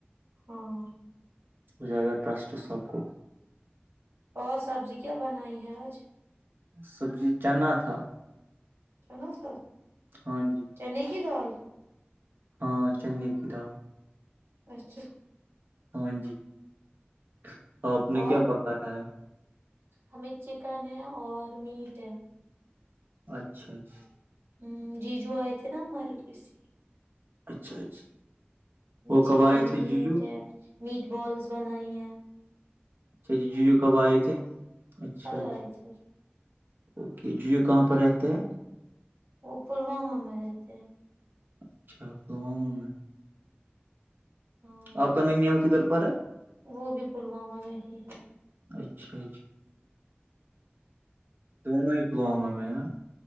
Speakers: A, on the right; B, on the right.
A: ہاں <unintelligible>
B: ہو جائے گا ٹرسٹ سب کو
A: اور سبزی کیا بنائی ہے آج
B: سبزی چنا تھا
A: چنا سر
B: ہاں
A: <unintelligible>
B: جی
A: چنے کی دال <unintelligible>
B: ہاں چئی کتاب
A: اچھا <unintelligible>
B: ہ جی <unintelligible> آپ نے
A: اور
B: کیا پتا ہے <unintelligible>
A: ہمیں چکن ہے اور میٹ ہے
B: اچھا اچھا <unintelligible>
A: ہ جیجو آئے تھے نا ہمارے <unintelligible> ہ
B: اچھا اچھا وہ کب
A: چکن
B: آئے
A: ہے
B: تھے
A: میٹ
B: جیجو
A: ہے م <unintelligible> فٹ بالس بنائی ہیں <unintelligible>
B: اچھا جی جیو کب آئے تھے اچھا
A: کل آئے
B: جی
A: تھے
B: اوکے جیو کہاں پر ہے تو <unintelligible>
A: وہ پلوامہ میں رہتے ہیں
B: اچھااموں میں <unintelligible>
A: ہاں
B: آپ کا نیا کدھر پر <unintelligible>
A: وہ بھی پلوامہ میں ہی ہے
B: اچھا اچھا دونوں ہی پلواما میں <unintelligible>